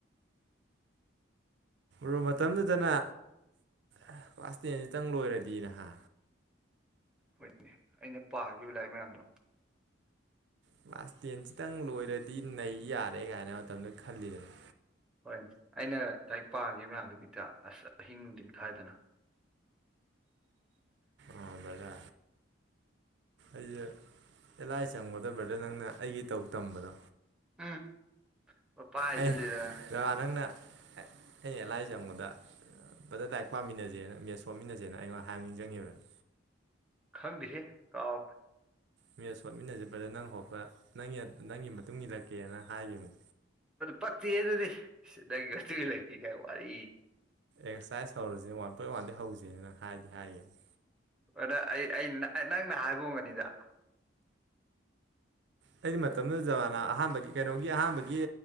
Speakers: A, on the right; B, in the centre.
A: ꯍꯣ ꯃꯇꯝꯗꯨꯗꯅ ꯑ ꯀ꯭ꯂꯥꯁ ꯇꯦꯟꯁꯤꯇꯪ ꯂꯣꯏꯔꯗꯤ ꯅꯍꯥ
B: ꯍꯣꯏꯅꯦ ꯑꯩꯅ ꯄꯥꯈꯤꯕ ꯂꯥꯏꯔꯤꯛ ꯃꯌꯥꯝꯗꯣ
A: ꯀ꯭ꯂꯥꯁ ꯇꯦꯟꯁꯤꯇꯪ ꯂꯣꯏꯔꯗꯤ ꯅꯩ ꯌꯥꯔꯦ ꯀꯥꯏꯅ ꯃꯇꯝꯗ ꯈꯜꯂꯤꯗꯅ
B: ꯍꯣꯏꯅꯦ ꯑꯩꯅ ꯂꯥꯏꯔꯤꯛ ꯄꯥꯝꯒꯦ ꯃꯌꯥꯝꯗꯨꯒꯤꯗ ꯑꯁ ꯑꯍꯤꯡ ꯅꯨꯡꯊꯤꯟ ꯈꯥꯏꯗꯅ
A: ꯑꯣꯔꯣꯕꯂ ꯑꯩꯁꯦ ꯑꯦꯂꯥꯏ ꯆꯪꯒꯗꯕ꯭ꯔꯗ ꯅꯪꯅ ꯑꯩꯒꯤ ꯇꯧ ꯇꯝꯕꯗꯣ
B: ꯎꯝ ꯄ ꯄ ꯍꯥꯏꯁꯤꯜꯂꯤꯗꯅ
A: ꯑꯩ ꯅꯪꯅ ꯑꯩꯅ ꯂꯥꯏꯖꯪꯕꯗ ꯐꯖ ꯂꯗꯥꯔꯤꯛ ꯄꯥꯃꯤꯟꯅꯁꯦꯅ ꯃꯦꯁ ꯁꯣꯠꯃꯤꯟꯅꯁꯦꯅ ꯑꯩꯉꯣꯟꯗ ꯍꯥꯏꯕꯅꯤꯡꯁꯤꯡꯉꯤꯕꯅꯦ
B: ꯈꯪꯗꯦꯍꯦ ꯀꯥꯎꯞ
A: ꯃꯤ ꯁꯣꯠꯃꯤꯟꯅꯖꯄꯗ ꯅꯪ ꯍꯣꯄ ꯅꯪ ꯅꯪꯒꯤ ꯃꯇꯨꯡ ꯏꯜꯂꯛꯀꯦꯅ ꯍꯥꯏꯈꯤꯕꯅꯤ
B: ꯄꯛꯇꯤ ꯑꯗꯨꯗꯤ ꯁꯤ ꯅꯪ ꯇꯤ ꯂꯩꯛꯦ ꯀꯥꯏ ꯋꯥꯔꯤ
A: ꯑꯦꯛꯁꯔꯁꯥꯏꯁ ꯍꯧꯔꯁꯦ ꯋꯥꯟ ꯄꯣꯏꯟ ꯋꯥꯟꯗꯩ ꯍꯧꯁꯦꯅ ꯍꯥꯏꯔꯗꯤ ꯍꯥꯏꯌꯦꯕ
B: ꯑꯗ ꯑꯩ ꯅꯪꯅ ꯍꯥꯏꯕꯣꯡꯒꯅꯤꯗ
A: ꯑꯩꯗꯤ ꯃꯇꯝꯗꯨꯗ ꯖꯕꯥꯅ ꯑꯍꯥꯟꯕꯒꯤ ꯀꯩꯅꯣꯒꯤ ꯑꯍꯥꯥꯟꯕꯒꯤ